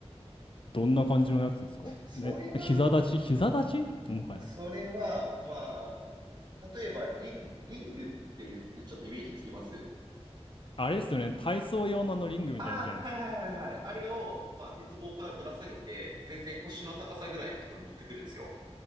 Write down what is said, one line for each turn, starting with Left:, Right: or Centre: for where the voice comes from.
Left: どんな感じのやつですかね、
Right: それは、
Left: 膝立ち膝立ちもはや。
Right: それは、まあ、例えば、リング、リングって言って、ちょっとイメージつきます
Left: あれですよね、体操用のあのリングみたいなやつじゃないですか。
Right: ああ、はいはいはいはい。あれを、まあ、鉄棒からぶら下げて、全然腰の高さぐらいのところに持ってくるんですよ。